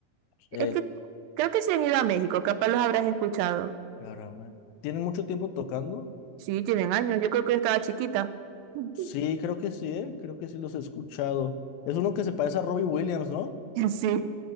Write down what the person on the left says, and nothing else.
Eh,
ahora, ¿Tienen mucho tiempo tocando?
Sí, creo que sí, ¿eh? Creo que sí los he escuchado. Es uno que se parece a Robbie Williams, ¿no?